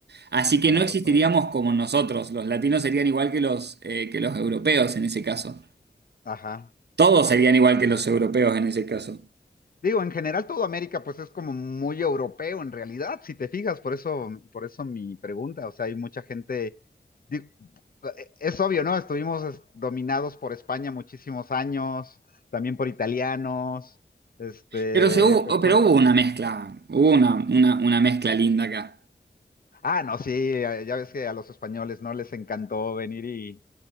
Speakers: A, on the right (about 70°); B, on the left (about 55°).
A: Así que
B: con
A: no
B: la raza
A: existiríamos
B: aria.
A: como nosotros. Los latinos serían igual que los, eh, que los europeos en ese caso.
B: Ajá.
A: Todos serían igual que los europeos en ese caso.
B: Digo, en general todo América pues es como muy europeo en realidad, si te fijas, por eso, por eso mi pregunta, o sea, hay mucha gente, digo, es obvio, ¿no? Estuvimos es- dominados por España muchísimos años, también por italianos, este,
A: Pero, se hubo,
B: pues
A: oh,
B: por...
A: pero hubo una mezcla, hubo una, una, una mezcla linda acá.
B: Ah, no, sí, ya ves que a los españoles, ¿no? Les encantó venir y,